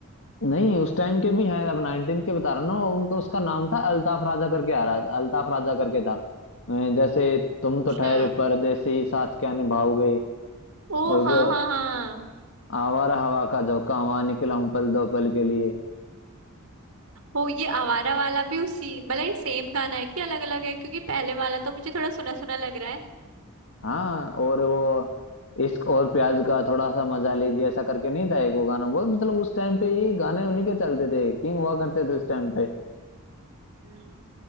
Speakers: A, on the left; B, on the right.
A: नहीं उस टाइम के भी हैं अब 19 के बता रहा हूँ ना उनका उसका नाम था अल्ताफ राजा करके आ रहा था अल्ताफ राजा करके था अ, जैसे
B: अच्छा
A: तुम तो ठहरे परदेसी साथ क्या निभाओगे
B: ओ
A: और
B: हाँ
A: वो
B: हाँ हाँ
A: आवारा हवा का झोंका हुआ निकला हूँ पल दो पल के लिए
B: ओ ये आवारा वाला भी उसी मतलब ये सेम गाना है कि अलग अलग है क्योंकि पहले वाला तो मुझे थोड़ा सुना सुना लग रहा है
A: हाँ और वो इश्क और प्याज का थोड़ा सा मजा लीजिए ऐसा करके नहीं था एक वो गाना वो मतलब उस टाइम पे ये गाने उन्हीं के चलते थे किंग हुआ करते थे उस टाइम पे
B: हम्म।